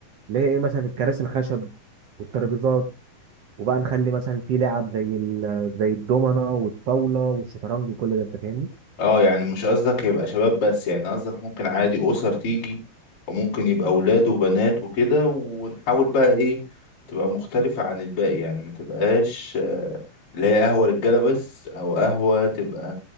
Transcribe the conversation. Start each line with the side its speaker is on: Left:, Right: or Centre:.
Right: اللي هي ايه مثلا الكراسي الخشب والترابيزات وبقى نخلي مثلا في لعب زي ال... زي الدومنه والطاوله والشطرنج وكل ده انت فاهمني
Left: اه يعني مش قصدك يبقى شباب بس يعني قصدك ممكن عادي أسر تيجي وممكن يبقى أولاد وبنات وكده ونحاول بقى إيه تبقى مختلفة عن الباقي يعني ما تبقاش آه، اللي هي قهوة رجالة بس أو قهوة تبقى